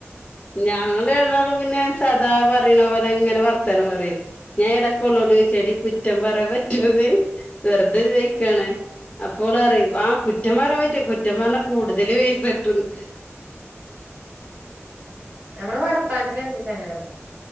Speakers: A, on the left; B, on the right.
A: ഞങ്ങള് രണ്ടാളും പിന്നെ സാധാ പറയണ പോലെ അങ്ങനെ വർത്താനം പറയും ഞാൻ എടക്കോളോട് ചോയിച്ച് എടീ കുറ്റം പറയാൻ പറ്റുവോന്ന് വെറുതെ ചോയിക്കാണ് അപ്പം ഓള് പറയും ആഹ് കുറ്റം പറയാൻ പറ്റും കുറ്റം പറഞ്ഞാ കൂടുതല് പൈസട്ടുന്ന്
B: ഞമ്മളെ വർത്താനത്തിനനുരിച്ച് അങ്ങനെയാണ്